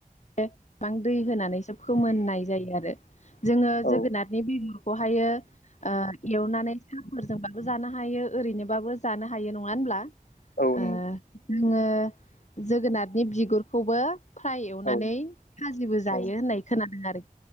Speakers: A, on the left (about 50°); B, on the left (about 80°).
A: यो, बां दै होनानैसो फोमोननाय जायो आरो। जोङो जोगोनादनि
B: औ
A: बेगरखौहायो एवनानै फोरजोंबाबो जानो हायो, ओरैनोबाबो जानो हायो, नङा होनब्ला?
B: औ
A: आ
B: नंगौ
A: <unintelligible> जोगोनादनि बिगुरखौबो फ्राय नानै
B: औ
A: फाजिबो जायो
B: औ
A: होननाय खोनादों आरो